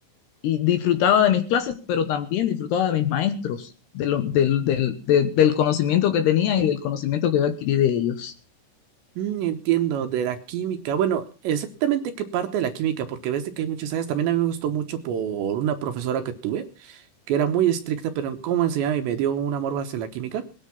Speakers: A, on the left; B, on the right.
A: y disfrutaba de mis clases, pero también disfrutaba de mis maestros, de lo- del, del- de- del conocimiento que tenía y del conocimiento que yo adquirí de ellos.
B: Mm, entiendo, de la química. Bueno, exactamente qué parte de la química, porque ves de que hay muchas áreas. También a mí me gustó mucho por una profesora que tuve que era muy estricta, pero en cómo enseñaba y me dio un amor hacia la química,